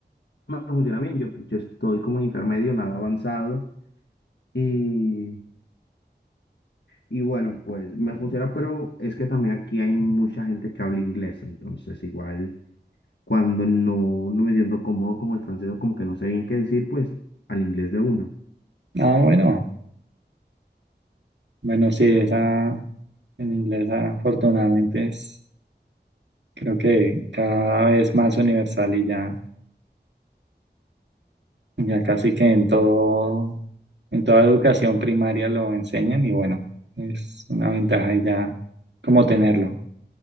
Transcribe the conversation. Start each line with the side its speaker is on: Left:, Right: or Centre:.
Left: me funciona bien. Yo, yo estoy como en intermedio, nada avanzado. Y, y bueno, pues me funciona, pero es que también aquí hay mucha gente que habla inglés. Entonces, igual cuando no, no me siento cómodo con el francés, o como que no sé bien qué decir, pues al inglés de una.
Right: Ah, bueno. Bueno, sí, esa en inglés afortunadamente es, creo que cada vez más universal y ya, ya casi que en todo, en toda educación primaria lo enseñan y bueno, es una ventaja y ya como tenerlo.